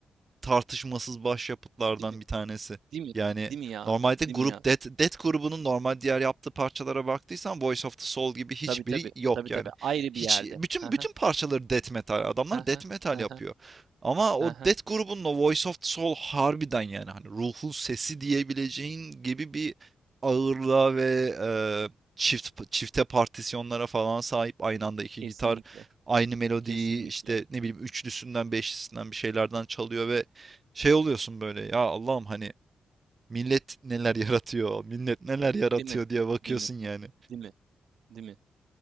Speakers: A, on the right; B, on the right.
A: tartışmasız başyapıtlardan
B: Değil mi?
A: bir tanesi.
B: Değil mi?
A: Yani
B: Değil mi ya?
A: normalde grup
B: Değil mi ya?
A: Death, Death grubunun normal diğer yaptığı parçalara baktıysan Voice of the Soul gibi hiçbiri
B: Tabii tabii.
A: yok
B: Tabii
A: yani.
B: tabii. Ayrı
A: Hiç
B: bir yerde.
A: bütün
B: Hı hı.
A: bütün parçaları death metal. Adamlar
B: Hı
A: death
B: hı.
A: metal
B: Hı
A: yapıyor.
B: hı.
A: Ama o
B: Hı hı.
A: Death grubunun o Voice of the Soul harbiden yani hani ruhun sesi diyebileceğin gibi bir ağırlığa ve e, çift çifte partisyonlara falan sahip aynı anda iki
B: Kesinlikle.
A: gitar aynı melodiyi
B: Kesinlikle.
A: işte ne bileyim üçlüsünden beşlisinden bir şeylerden çalıyor ve şey oluyorsun böyle ya Allah'ım hani millet neler yaratıyor, millet neler yaratıyor
B: Değil mi?
A: diye bakıyorsun
B: Değil mi?
A: yani.
B: Değil mi? Değil mi?